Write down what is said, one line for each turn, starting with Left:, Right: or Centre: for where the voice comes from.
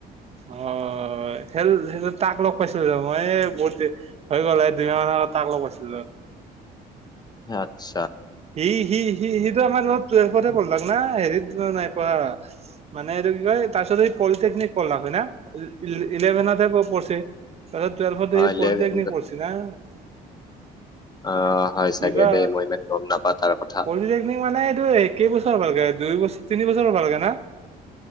Right: অ, সেল সেইটো তাক লগ পাইছিলো যে অ, মই এ বহুত দিন হৈ গ'ল এ দুইমাহ মান আগত তাক লব আছিলে
Left: আটচ
Right: সি সি সি, সিটো আমাৰত লগত ত্বেলফতে পঢ়লাক না হেৰিত নাই পঢ়া। মানে এইটো কি কয় তাৰ পিছত এই পলিটেকনিক কৰলা হয় না ই, ই, ইলেভেনত হে প, পঢ়চে। তাৰ টুৱেলৱতে‌ এই
Left: ইলেভেন
Right: পলিটেকনিক পঢ়ছি না
Left: আহ, হয়
Right: কিবা
Left: চাগে দেই মই ইমান গম নাপা তাৰ কথা।
Right: পলিটেকনিক মানে এইটো কেইবছৰ হৈ গল ভালকে দুই, বছৰ তিনি বছৰৰ ভালকে না